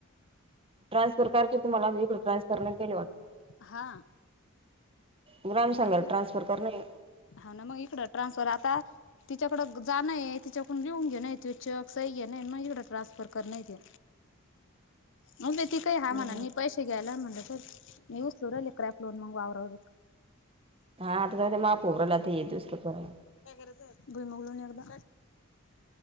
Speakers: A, on the right; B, on the left.
A: ट्रान्सफरकारचे तुम्हाला ट्रान्सर नाही केले वाटतं केले वाटतं.
B: हा
A: ग्राम संघाला
B: अरे
A: ट्रान्सफर करणे.
B: हा ना मग इकडं ट्रान्सफर आता तिच्याकड जाणय तिच्याकून लिहून घेण त चेक सही घेना ही मग इकडं ट्रान्सफर करण ते
A: <inaudible>
B: मग ती काही हा
A: हम्म
B: म्हणा मी पैसे घ्यायला म्हण मी उसलूली क्रॅप लोन मग आवरवर.
A: हा आता ते माफ होऊ राहिलय हे दुसरं
B: काय करायच <unintelligible> भुई मुग लाऊ ना एकदा